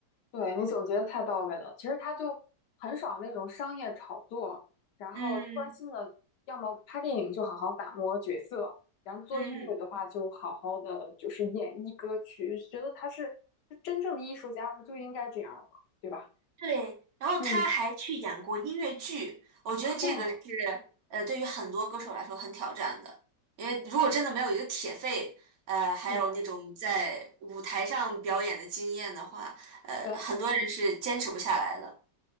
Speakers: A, on the left; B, on the right.
A: 对你总结的太到位了。其实他就很少那种商业炒作，然后专心的，
B: 嗯
A: 要么拍电影就好好打磨角色，然后做音乐的话就好好的就是演绎歌曲。
B: 嗯。
A: 觉得他是真正的艺术家，不就应该这样吗？对吧？
B: 对，然后他还去演过音乐剧，
A: 嗯，
B: 我觉得这个是呃，
A: 哇，
B: 对于很多歌手来说很挑战的，因为如果真的没有一个铁肺，呃，还有那种在舞台上表演的经验的话，
A: 嗯。
B: 呃，
A: 对，
B: 很多人是坚持不下来的。